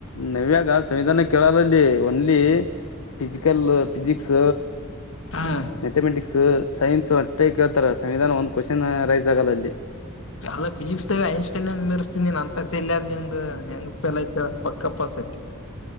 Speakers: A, on the left; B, on the left.
A: ನವ್ಯಾಗ ಸಂವಿಧಾನ ಕೇಳೋ ಬದಲಿ ಓನ್ಲಿ ಫಿಸಿಕಲ್ ಫಿಸಿಕ್ಸ್
B: ಹ
A: ಮ್ಯಾಥಮೆಟಿಕ್ಸ್ ಸೈನ್ಸ್ ಅಷ್ಟೇ ಕೇಳ್ತಾರೆ ಸಂವಿಧಾನ ಒಂದು ಕೋಶನ್ ರೈಸ್ ಆಗಲ್ಲ ಅಲ್ಲಿ.
B: ಅಲ್ಲ ಫಿಸಿಕ್ಸ್ ನಲ್ಲಿ ಹೈಯೆಸ್ಟ್ ಮಾರ್ಕ್ಸ್ ಮೀರಿಸತಿ ಅಂತ ತೆಲ್ಯಾಗ. ನಿಂದ ಹೆಂಗ್ ಫೇಲ್ ಆಯ್ತು ಹೇಳ ಪಕ್ಕ ಪಾಸ್ ಆಗ್ತಿ.